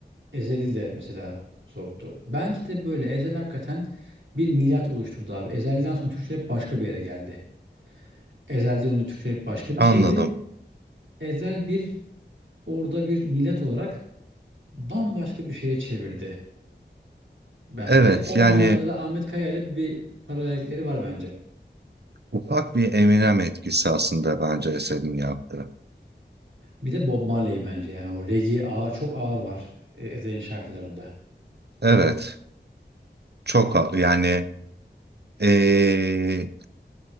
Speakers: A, on the right; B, on the right.
A: ezeli de mesela soktu. Bence de böyle ezel hakikaten bir milat oluşturdu abi. Ezelden sonra Türkçe rap başka bir yere geldi. Ezhel'den önce Türkçe rap başka
B: Anladım.
A: bir şeydi. Ezel bir orada bir milat olarak bambaşka bir şeye çevirdi. bence.
B: Evet,
A: O
B: yani
A: manada da Ahmet Kaya ile bir, bir paralellikleri var bence.
B: ufak bir Eminem etkisi aslında bence eserin yaptığı.
A: Bir de Bob Marley bence yani o reggae ağır, çok ağır var e, Ezhel'in şarkılarında.
B: Evet, çok a- yani ee,